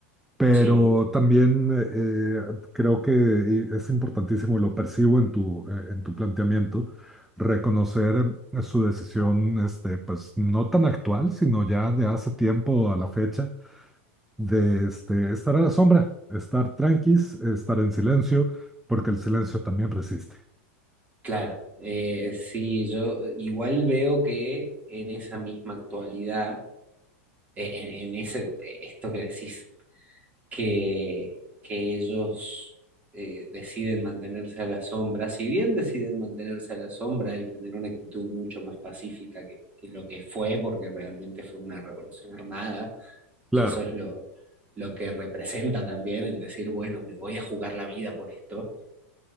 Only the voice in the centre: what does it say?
Pero
también eh, creo que y es importantísimo, y lo percibo en tu, eh, en tu planteamiento, reconocer eh, su decisión, este, pues no tan actual, sino ya de hace tiempo a la fecha, de este, estar a la sombra, estar tranquis, estar en silencio, porque el silencio también resiste.
Claro,